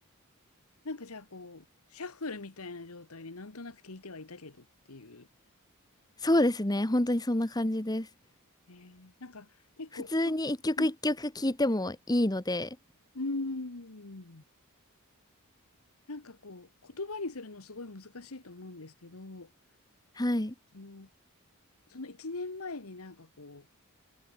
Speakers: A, on the left; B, on the left.
A: なんかじゃあこう、シャッフルみたいな状態でなんとなく聞いてはいたけどっていう。
B: そうですね。本当にそんな感じです。
A: えー、なんか結構こと、
B: 普通に一曲一曲聴いてもいいので、
A: うんうーん、なんかこう、言葉にするのすごい難しいと思うんですけど、
B: はい。
A: その、その1年前になんかこ